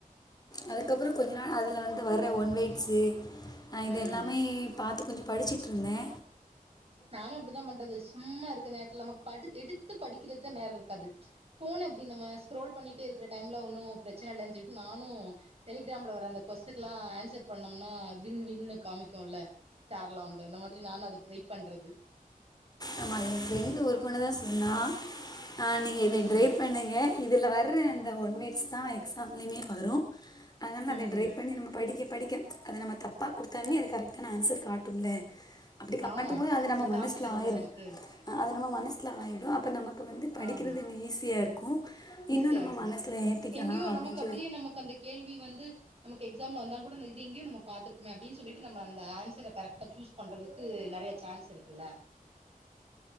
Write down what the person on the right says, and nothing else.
ம்.
நானு அப்படித்தா பண்றது சும்மா இருக்க நேரத்துல நமக்கு படி எடுத்து படிக்கிறது தா நேரோ இருக்காது ஃபோன் அப்டி நம்ம ஸ்க்ரோல் பண்ணிகிட்டே இருக்கிற டைமில்ல ஒன்னு பிரச்சன இல்லன்னு சொல்லிட்டு நானு டெலிகிராம்ல வர அந்த கொஸ்ஸுக்கு ல்லா ஆன்சர் பண்ணோம்னா வின் வின்னு காமிக்குல்ல ஸ்டார்லா வந்து அந்த மாதிரி நானு அத ட்ரை பண்றது
ம்.
ம்.
ஆமா.
காமிச்சிரும்ல
நமக்கு.
ஆமா.
ஈஸியா
இருக்கு
எங்கேயோ
நமக்கு அப்டியே நமக்கு அந்த கேள்வி வந்து நமக்கு எக்ஸாம்ல வந்தாலு கூட இத எங்கியோ நம்ம பாத்திருக்குமே அப்டின் சொல்லிட்டு நம்ம அந்த ஆன்சர கரெக்டாக சூஸ் பண்ணுறதுக்கு நறைய சான்ஸ் இருக்குல